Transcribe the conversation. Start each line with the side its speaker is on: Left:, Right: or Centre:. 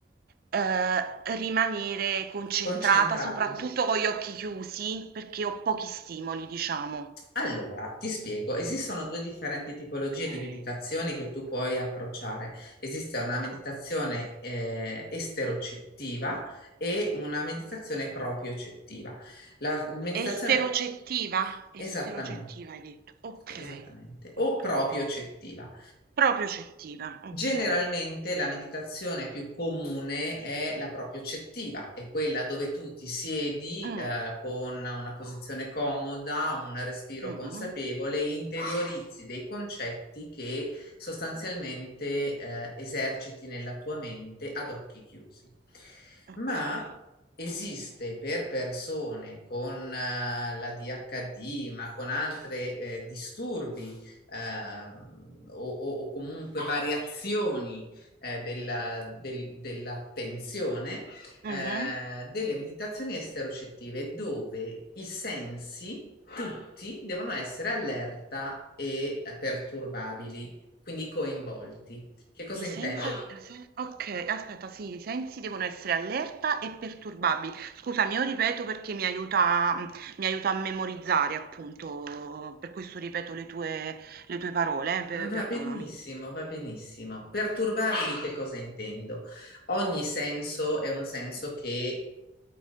Right: ehm, rimanere concentrata,
Left: concentrata.
Right: soprattutto con gli occhi chiusi, perché ho pochi stimoli, diciamo.
Left: Allora, ti spiego, esistono due differenti tipologie
Right: Okay.
Left: di meditazioni che tu puoi approcciare. Esiste una meditazione
Right: O
Left: eh, esterocettiva e una meditazione propriocettiva. La meditazione,
Right: esterocettiva
Left: esattamente,
Right: esterocettiva hai detto okay
Left: esattamente, o
Right: okay
Left: propriocettiva.
Right: proprio cettiva okay
Left: Generalmente la meditazione più comune è la propriocettiva, è quella dove tu ti siedi
Right: Mm,
Left: eh, con una posizione comoda, un respiro
Right: mm,
Left: consapevole, interiorizzi dei concetti che sostanzialmente eh, eserciti nella tua mente ad occhi chiusi.
Right: okay
Left: Ma esiste per persone con eh, la DHD, ma con altri eh, disturbi ehm, o, o- o comunque variazioni eh, della, del- dell'attenzione, eh,
Right: Mhm.
Left: delle meditazioni esterocettive dove i sensi tutti devono essere allerta e eh, perturbabili, quindi coinvolti. Che cosa
Right: i
Left: intendo
Right: sensi se- okay aspetta sì i sensi devono essere allerta e perturbabili scusa io ripeto perché mi aiuta mh, mi aiuta a memorizzare appunto per questo ripeto le tue le tue parole eh, per-
Left: Va
Right: perdonami
Left: benissimo, va benissimo. Perturbabili che cosa intendo? Ogni senso è un senso che